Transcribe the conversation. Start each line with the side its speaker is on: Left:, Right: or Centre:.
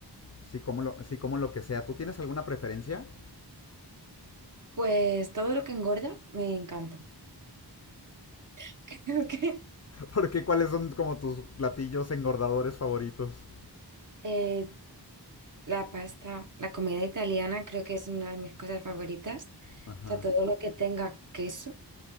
Left: sí como lo, sí como lo que sea. ¿Tú tienes alguna preferencia?
Right: Pues todo lo que engorda me encanta. <laughs> Creo que
Left: Porque cuáles son como tus platillos engordadores favoritos.
Right: eh, La pasta, la comida italiana creo que es una de mis cosas favoritas.
Left: Ajá.
Right: O sea, todo lo que tenga queso. O